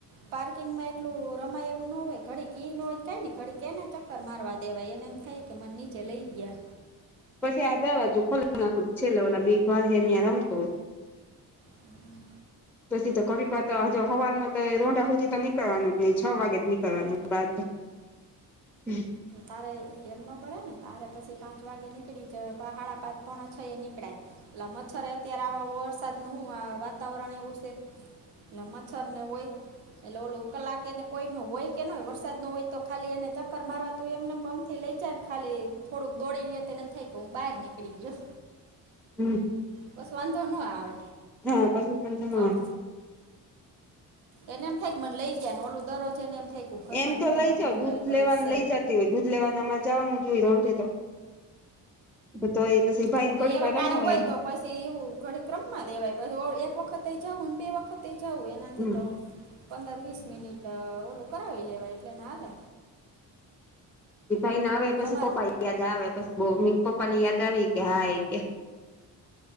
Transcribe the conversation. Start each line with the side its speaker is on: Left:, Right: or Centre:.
Right: પાર્કિંગમાં એટલું રમાય એવું ન હોય ઘડીક એ ન હોય કઈ ને ઘડીક કે એને ચક્કર મારવા દેવાય એને એમ થાય કે મને નીચે લઇ ગયા.
Centre: પછી આ દરવાજો ખોલ નાખી છેલ્લે બે ઘર રમતો હોય
Right: હમ્મ.
Centre: પછી તો થોડીક વાર હ હવાનું તો રોઢા હુધી તો નીકળવાનું જ નહી છ વાગે જ નીકળવાનું બાર. <unintelligible>
Right: તારે એમનો કરેને તારે પછી પાંચ વાગે નીકળી જવાય પા હાડા પાંચ પોણા છ એ નીકળાય. એટલા મચ્છર અત્યારે આવા વરસાદનું હું વાતાવરણ એવું છે એલે મચ્છરને હોય એટલે ઓલું કલાકેને કોઈનું હોય કે નય વરસાદનું હોય તો ખાલી એને ચક્કર મારવા તું એમના અમથી લઈ જા ખાલી થોડુંક દોડી એને એમ થાય કે હું બહાર નીકળી ગયો.
Centre: હમ્મ.
Right: પછી વાંધો ન આવે.
Centre: હા, પછી વાંધો ના
Right: હં
Centre: અવે.
Right: એને એમ થાય મને લઈ ગયા, ને ઓલું દરરોજ એને એમ થાય ઘરમાં
Centre: એમ
Right: ને
Centre: તો
Right: ઘરમાં
Centre: લઇ જાય
Right: જ પુરાઈ
Centre: દૂધ
Right: ગયેલ
Centre: લેવાને
Right: છે
Centre: લઈ જતી હોય દૂધ લેવાનું આમાં જવાનું જોય રોજે તો. તો એ પછી ભાઈ
Right: હા
Centre: ને
Right: તો
Centre: કોઈ
Right: એવા
Centre: વાર
Right: ટાણે
Centre: રમોએ
Right: હોય તો પછી એવું ઘડીક રમાં દેવાય પછી એક વખતે જાવું ને બે વખતે જાવું એનાથી
Centre: હમ
Right: તો પંદર-વીસ મિનિટ ઓલું કરાવી લેવાય એટલે એને હાલે.
Centre: ઈ ભાઈના આવે પછી
Right: તમારે
Centre: પપાઈ યાદ આવે પછી બો મી પપ્પા ની યાદ આવી કે હા ઈ કે